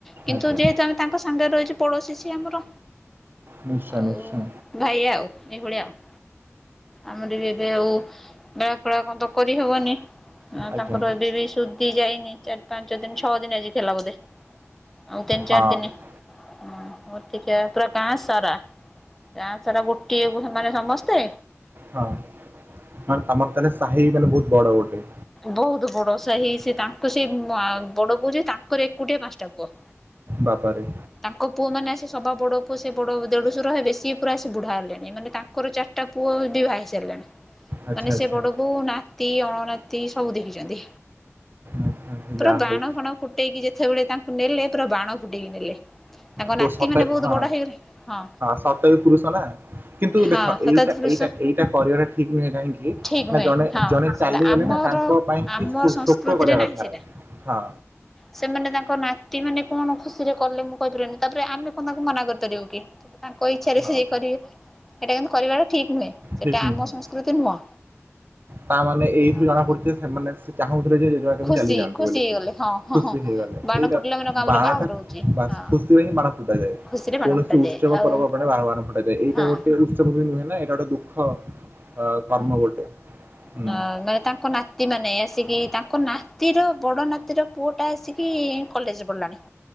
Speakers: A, in the centre; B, on the right.
A: କିନ୍ତୁ
B: ଆଜ୍ଞା
A: ଯେହେତୁ ଆମେ ତାଙ୍କ ସାଙ୍ଗରେ ରହିଚୁ‌ ପଡୋଶୀ ସିଏ ଆମର।
B: ନିଶ୍ଚୟ
A: ଆଉ
B: ନିଶ୍ଚୟ
A: ଭାଇ ଆଉ ଏଇଭଳିଆ ଆଉ। ଆମର ବି ଏବେ ଆଉ ବେଳା ଫେଳା କଣ ତ କରିହବନି
B: ଆଜ୍ଞା
A: ତାଙ୍କର ଏବେ ବି ସୁ ତି ଯାଇନି ଚାରି ପାଞ୍ଚ ଦିନ ଛଅ ଦିନ ଆଜି ଖେଲା ବୋଧେ ଆଉ ତିନି
B: ହଁ
A: ଚାରି ଦିନି। ହଁ ମୂର୍ତ୍ତିକିଆ ପୁରା ଗାଁ ସାରା ଗାଁ ସାରା ଗୋଟିଏ ବୋହୁ ସେମାନେ ସମ ସ୍ତେ
B: ହଁ ମାନେ ତମର ତାହେଲେ ସାହି ମାନେ ବହୁତ ବଡ ଗୋଟେ।
A: ବହୁତ ବଡସାହି ସେ ତାଙ୍କ ସେ ମା ବଡ ବୋଉ ଯିଏ ତାଙ୍କର ଏକୁଟିଆ ପାଞ୍ଚଟା ପୁଅ।
B: ବାବା ରେ।
A: ତାଙ୍କ ପୁଅ ମାନେ ଆସି ସବା ବଡ଼ ପୁଅ ସେ ବଡ ଦେଢଶୁର ହେବେ ସିଏ ପୁରା ଆସି ବୁଢା ହେଲେଣି ମାନେ ତାଙ୍କର ଚାର ଟା ପୁଅ ବି ଭାଇ ସାରିଲାଣି
B: ଆଚ୍ଛା
A: ମାନେ
B: ଆଚ୍ଛା
A: ସେ ବଡ ବୋଉ ନା ତି ଅଣନାତି ସବୁ ଦେଖିଚନ୍ତି
B: ଆଚ୍ଛା ଆଚ୍ଛା,
A: ପୁରା
B: ଯାହା
A: ବାଣ
B: ହଉ
A: ଫାଣ ଫୁ ଫୁଟେଇକି ଯେତେବେଳେ ତାଙ୍କୁ ନେଲେ ପୁରା ବାଣ ଫୁଟେଇକି ନେଲେ। ତାଙ୍କ
B: ପୁଅ
A: ନାତି
B: ସତେ
A: ମାନେ ବହୁତ
B: ହଁ
A: ବଡ଼ ହେଇଗଲେ ହଁ
B: ସତେଜ ପୁରୁଷ ନା କିନ୍ତୁ
A: ହଁ
B: ଦେଖ
A: ଶତାବ୍ଦୀ
B: ଏଇ ଏଇଟା
A: ପୁରୁଷ
B: ଏଇଟା କରିବାଟା ଠିକ ନୁହେଁ କାହିଁକି
A: ଠିକ
B: ନା
A: ନୁହେଁ
B: ଜଣେ
A: ହଁ
B: ଜଣେ
A: ସେଟା
B: ଚାଲିଗଲେ
A: ଆମର
B: ନା ତାଙ୍କ ପାଇଁ
A: ଆମ
B: କି ଶୋ
A: ସଂସ୍କୃତିରେ
B: ସୋକ କରିବା
A: ନାହିଁ
B: କଥା
A: ସେଟା
B: ହଁ।
A: ସେମାନେ ତାଙ୍କ ନାତି ମାନେ କଣ ଖୁସିରେ କଲେ ମୁଁ କହିପାରିବିନି ତାପରେ ଆମେ କଣ ତାଙ୍କୁ ମନା କରିପାରିବୁ କି। ତାଙ୍କ ଇଚ୍ଛାରେ
B: ହଁ
A: ସେ କର ସେଇଟା କିନ୍ତୁ କରିବାଟା ଠିକ୍ ନୁହେଁ ସେଇଟା
B: ଠିକ ନୁହଁ
A: ଆମ ସଂସ୍କୃତି ନୁହଁ।
B: ତା ମାନେ ଏଇ
A: ଆଉ
B: ଥିରୁ ଜଣା ପଡୁଚି ଯେ ସେମାନେ ସେ ଚାହୁଁଥିଲେ ଯେ କେ
A: ଖୁସି
B: ଚାଲି ଯାଆନ୍ତୁ
A: ଖୁସି
B: ବୋଲିକି
A: ହେଇଗଲେ ହଁ ହଁ
B: ଖୁସି
A: ହଁ
B: ହେଇଗଲେ
A: ବାଣ
B: ଏଇଟା
A: ଫୁଟିଲା ମାନେ କଣ ଆମର
B: ବାଣ
A: ବାହାଘର
B: ଟା
A: ହଉଛି ହଁ।
B: ଖୁସିରେ ହିଁ ବାଣ ଫୁଟାଯାଏ
A: ଖୁସିରେ ବାଣ
B: କୌଣସି
A: ଫୁଟାଯାଏ
B: ଉତ୍ସବ
A: ଆଉ
B: ପର୍ବ ପର୍ବାଣି ରେ ବାଣ ଫାଣ ଫୁଟାଯାଏ ଏଟା
A: ହଁ
B: ଗୋଟେ ଉତ୍ସବ ବି ନୁହେଁ ନା ଏଟା ଗୋଟ ଦୁ କହ ଆଁ କର୍ମ ଗୋଟେ। ହୁଁ
A: ନା ନା ତାଙ୍କ ନାତ ନାତି ମାନେ ଆସିକି ତାଙ୍କ ନାତିର ବଡ଼ ନାତିର ପୁଅଟା ଆସିକି କଲେଜରେ ପ଼ିଢ଼ିଲାଣି।